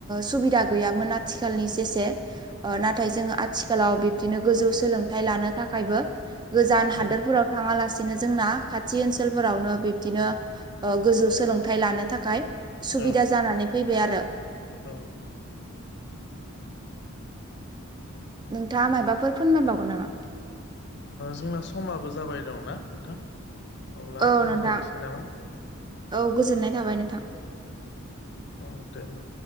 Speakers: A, on the right; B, on the left.
A: सुबिदा गैयामोन आथिखालनि जेसे नाथाय जोंङो आथिखालाव बिब्दिनो गोजौ सोलोंथाइ लानो थाखायबो गोजान हादोरफोराव
B: उम
A: थाङांलासिनो जोंना खाथि ओनसोलफोरावनो बिब्दिनो गोजौ सोलोंथाइ लानो थाखाय सुबिदा
B: औ
A: जानानै फैबाय आरो
B: औ
A: नोंथांङा मायबाफोर फोरनमायबावगोन नामा?
B: जोंना समाबो जाबाय दंना नोंथां अब्ला
A: औ
B: दोनथ'नोसै
A: नोंथां
B: नामा
A: औ गोजोननाय थाबाय नोंथां
B: औ दे होनबा